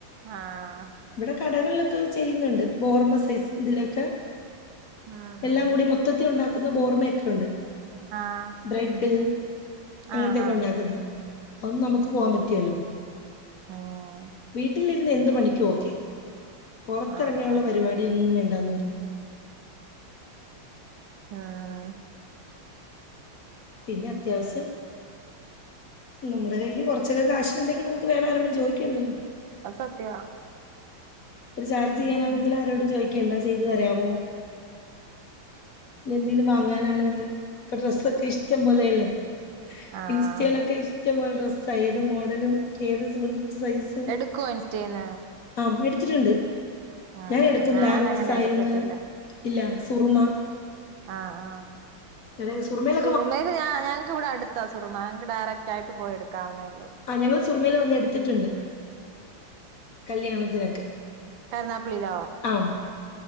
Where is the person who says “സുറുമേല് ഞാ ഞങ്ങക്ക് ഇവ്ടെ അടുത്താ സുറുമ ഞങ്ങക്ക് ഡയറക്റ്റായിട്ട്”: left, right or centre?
Right